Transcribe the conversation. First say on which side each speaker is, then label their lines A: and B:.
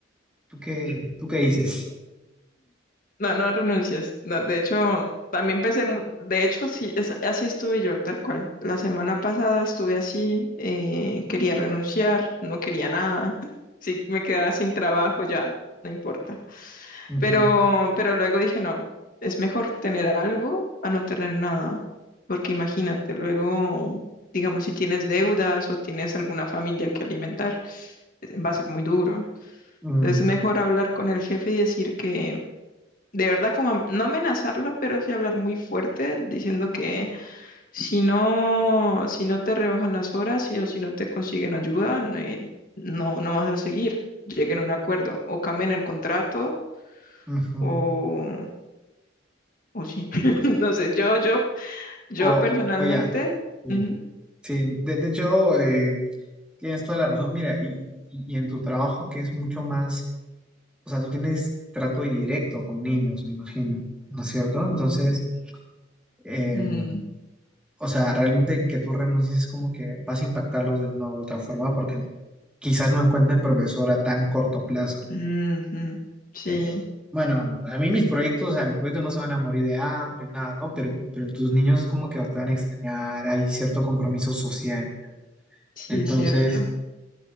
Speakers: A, in the centre; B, on the left.
A: ¿Tú qué, tú qué dices?
B: No, no renuncies. No, de hecho, también pensé, mu- de hecho, sí, es- así estuve yo, tal cual. La semana pasada estuve así, eh, quería renunciar, no quería nada. Sí, me quedaba sin trabajo ya, no importa.
A: Ujú,
B: Pero, pero luego dije, no, es mejor tener algo a no tener nada. Porque imagínate, luego, digamos, si tienes deudas o tienes alguna familia que alimentar, eh, va a ser muy duro.
A: mm,
B: Entonces es mejor hablar con el jefe y decir que de verdad como am- no amenazarlo, pero sí hablar muy fuerte diciendo que si no, si no te rebajan las horas si- o si no te consiguen ayuda, eh, no, no vas a seguir. Lleguen a un acuerdo o cambien el contrato
A: ujú.
B: o, o sí. <laughs> No sé, yo, yo, yo
A: O,
B: personalmente,
A: o ya. Sí,
B: ujú,
A: sí. De, de hecho, eh, tienes toda la razón. Mira, y, y- y en tu trabajo que es mucho más, o sea, tú tienes trato directo con niños, me imagino, ¿no es cierto? Entonces, eh,
B: mm,
A: o sea, realmente que tú renuncies es como que vas a impactarlos de una u otra forma porque quizás no encuentren profesora a tan corto plazo.
B: ujú, sí,
A: Eh, bueno, a mí mis proyectos, o sea, mis proyectos no se van a morir de hambre, nada, ¿no? Pero, pero tus niños como que te van a extrañar, hay cierto compromiso social, ¿ya?
B: sí
A: Entonces,
B: es cierto.